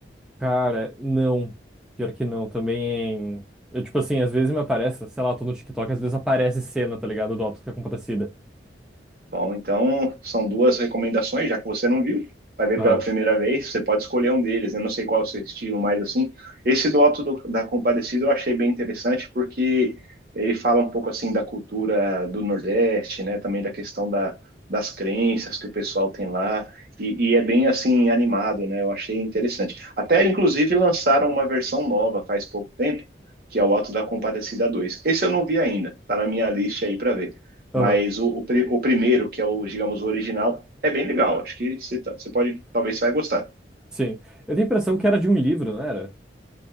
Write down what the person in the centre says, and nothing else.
Cara, não. Pior que não, também. Eu, tipo assim, às vezes me aparece, sei lá, eu tô no TikTok, às vezes aparece cena, tá ligado? Do Auto da Compadecida.
Aham,
aham,
sim. Eu tenho a impressão que era de um livro, não era?